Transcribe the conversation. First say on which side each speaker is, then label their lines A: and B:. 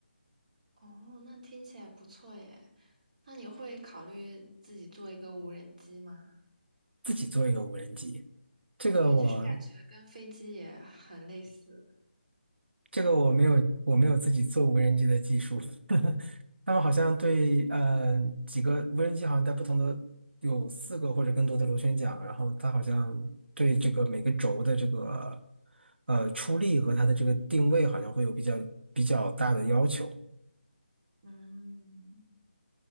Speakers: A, on the right (about 45°); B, on the right (about 75°).
A: 哦，那听起来不错耶。那你会考虑自己做一个无人机吗？
B: 自己做一个无人机，这个我
A: 对，就是感觉跟飞机也很类似。
B: 这个我没有我没有自己做无人机的技术。<laughs> 他们好像对，呃，几个无人机好像在不同的有四个或者更多的螺旋桨，然后它好像对这个每个轴的这个呃出力和它的这个定位好像会有比较比较大的要求。
A: 嗯，